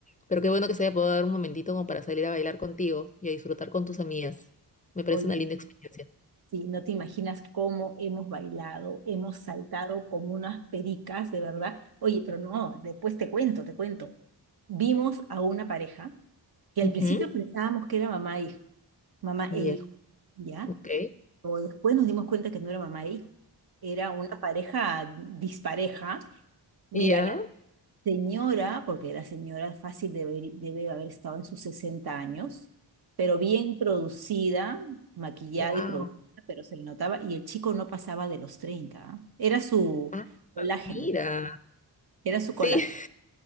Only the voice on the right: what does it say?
oye,
Sí, no te imaginas cómo hemos bailado, hemos saltado como unas pericas, de verdad. Oye, pero no, después te cuento, te cuento. Vimos a una pareja que
al principio pensábamos que era mamá e hijo, mamá
e hijo, ¿ya?
Pero después nos dimos cuenta que no era mamá e hijo, era una pareja dispareja. Mira,
la señora, porque la señora fácil debe, debe haber estado en sus 60 años, pero bien producida, maquillada
y producida, pero se le notaba, y el chico no pasaba de los 30. ¿ah? Era su
colágeno,
era su
colágeno.